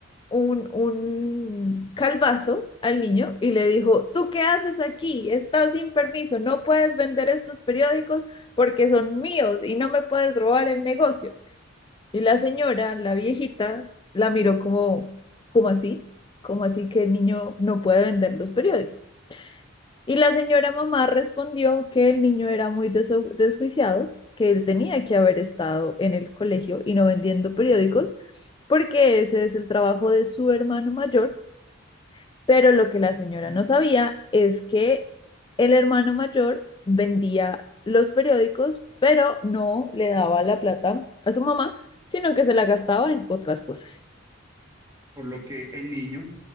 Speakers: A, on the left; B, on the right.
A: un, un calvazo al niño y le dijo, ¿tú qué haces aquí? Estás sin permiso, no puedes vender estos periódicos porque son míos y no me puedes robar el negocio. Y la señora, la viejita, la miró como, como así, como así que el niño no puede vender los periódicos. Y la señora mamá respondió que el niño era muy deso- desjuiciado, que él tenía que haber estado en el colegio y no vendiendo periódicos, porque ese es el trabajo de su hermano mayor pero lo que la señora no sabía es que el hermano mayor vendía los periódicos, pero no le daba la plata a su mamá, sino que se la gastaba en otras cosas.
B: Por lo que el niño